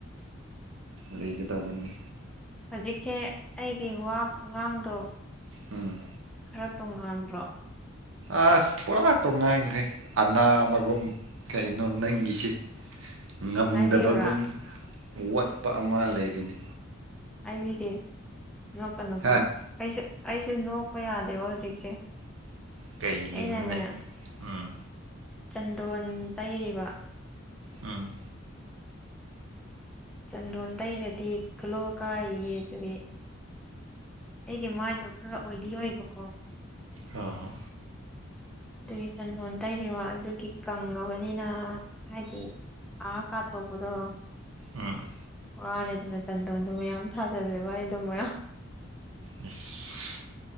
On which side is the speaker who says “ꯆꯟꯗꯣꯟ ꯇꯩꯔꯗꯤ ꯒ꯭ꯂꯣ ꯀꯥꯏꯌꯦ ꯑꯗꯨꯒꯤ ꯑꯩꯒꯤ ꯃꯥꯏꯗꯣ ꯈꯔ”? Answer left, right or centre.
Centre